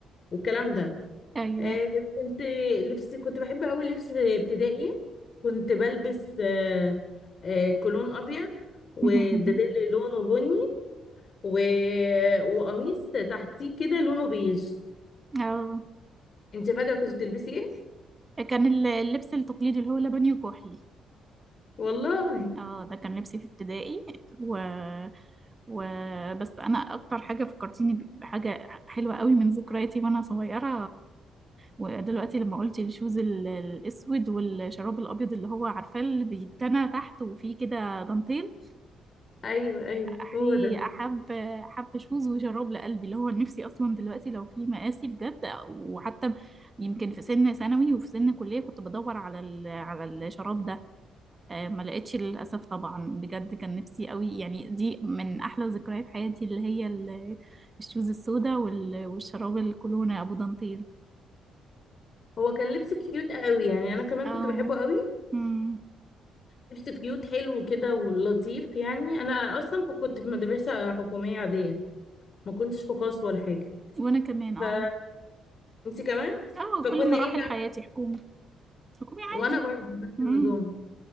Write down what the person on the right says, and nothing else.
ايوه
<laughs>
اه
كان ال- اللبس التقليدي اللي هو لبني وكحلي
اه ده كان لبسي في ابتدائي و... و... بس انا اكتر حاجه فكرتيني ب- بحاجه حلوه قوي من ذكرياتي وانا صغيره ودلوقتي لما قلت الشوز ال- الاسود والشراب الابيض اللي هو عارفاه اللي بيتنى تحت وفيه كده دانتيل
احي
احب احب شوز وشراب لقلبي اللي هو نفسي اصلا دلوقتي لو في مقاسي بجد وحتى يمكن في سن ثانوي وفي سن كليه كنت بدور على ال... على الشراب ده آه، ما لقيتش للأسف طبعا بجد كان نفسي قوي يعني دي من أحلى ذكريات حياتي اللي هي ال- الشوز السوداء وال- والشراب الكولونا أبو دانتيل
اه
امم
وأنا كمان اه
اه
كل مراحل
حياتي حكومي حكومي عادي
امم